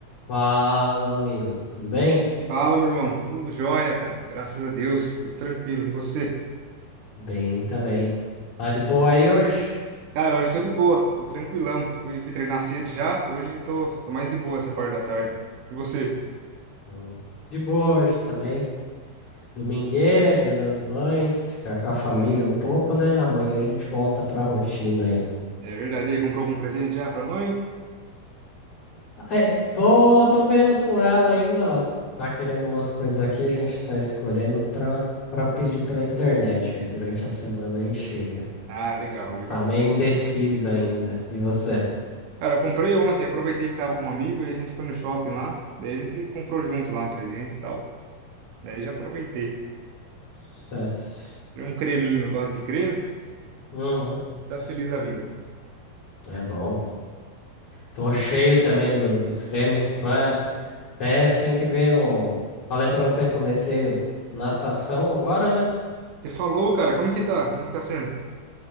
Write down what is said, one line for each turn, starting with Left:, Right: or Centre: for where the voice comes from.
Left: Fala, meu amigo. Tudo bem?
Right: Fala, meu irmão. Tudo jóia, cara. Graças a Deus. Tudo tranquilo. E você?
Left: Bem também. Tá de boa aí hoje?
Right: Cara, hoje eu tô de boa. Tô tranquilão. Fui, fui treinar cedo já. Hoje tô, tô mais de boa essa parte da tarde. E você?
Left: Tô De boa hoje também. Domingueira, Dia das Mães, ficar com a família
Right: Hum,
Left: um pouco, né? Amanhã a gente volta pra rotina aí.
Right: é verdade. E aí, comprou algum presente já pra mãe?
Left: Ah, é, tô, tô vendo com ela ainda, ela tá querendo umas coisas aqui, a gente tá escolhendo pra, pra pedir pela internet. Aí durante a semana aí chega.
Right: Ah, legal,
Left: Ela
Right: legal.
Left: Tá meio indecisa ainda. E você?
Right: Cara, eu comprei ontem. Aproveitei que tava com um amigo e a gente foi no shopping lá. Daí a gente comprou junto lá um presente e tal. Daí já aproveitei.
Left: Sucesso.
Right: Comprei um creminho. Eu gosto de creme.
Left: Uhum.
Right: Tá feliz a vida.
Left: É bom. Tô cheio também do- dos cremes. Fa- Até você tem que ver. um- Falei pra você, comecei o- natação agora, né?
Right: Você falou, cara. Como que tá? Como que tá sendo?